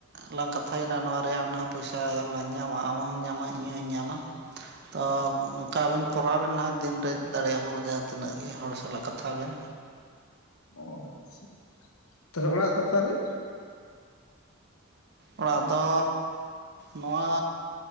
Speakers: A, on the right; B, on the left.
A: ᱞᱟᱝ ᱠᱟᱛᱷᱟᱭᱮᱱᱟ ᱱᱚᱣᱟ ᱨᱮᱭᱟᱜ ᱱᱟᱦᱟᱜ ᱯᱚᱭᱥᱟ ᱞᱟᱝ ᱧᱟᱢᱟ, ᱟᱢ ᱦᱚᱢ ᱧᱟᱢᱟ ᱤᱧ ᱦᱚᱸᱧ ᱧᱟᱢᱟ᱾ ᱛᱚ ᱚᱝᱠᱟ ᱟᱵᱮᱱ ᱠᱚᱨᱟᱣ ᱵᱮᱱ ᱱᱟᱦᱟᱜ ᱫᱤᱱ ᱨᱮ ᱫᱟᱲᱮᱭᱟᱜ ᱵᱷᱩᱨ ᱡᱟᱦᱟᱸ ᱛᱤᱱᱟᱹᱜ ᱜᱮ ᱦᱚᱲ ᱥᱟᱞᱟᱜ ᱠᱟᱛᱷᱟᱜ ᱵᱮᱱ᱾
B: ᱚ ᱟᱪᱪᱷᱟ, ᱛᱟᱦᱚᱞᱮ ᱚᱲᱟᱜ ᱫᱚ ᱚᱠᱟᱨᱮ?
A: ᱚᱲᱟᱜ ᱫᱚ ᱱᱚᱣᱟ